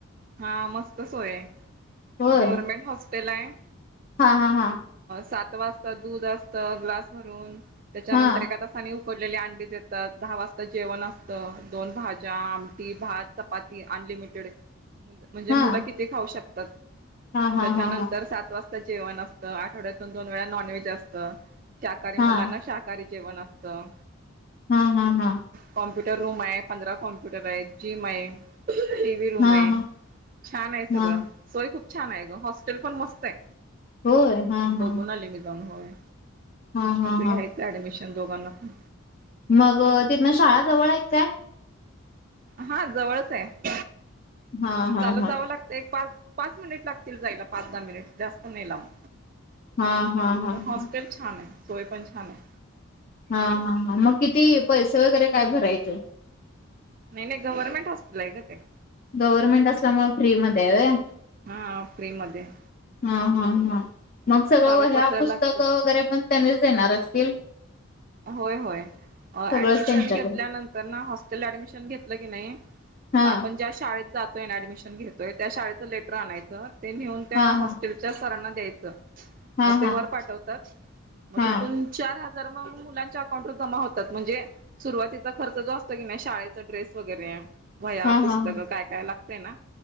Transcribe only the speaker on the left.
होय
हा हा हा.
हा
हा
हा हा
हा हा हा
हा
हा हा
हा
हा
होय हा
हा
हा हा
हा
मग तिथन शाळा जवळ आहेत काय?
हा हा
हा
हा हा हा
हा.
हा हा हा मग किती पैसे वगैरे काय भरायचं?
गव्हर्नमेंट असल्यामुळे फ्री मध्ये आहे.
हा हा हा मग सगळं
व ह्या पुस्तकं
वगैरे पण त्यानेच येणार असतील.
सगळंच
त्यांच्याकडून
हा
हा
हा
हा
हा
हा
हा
हा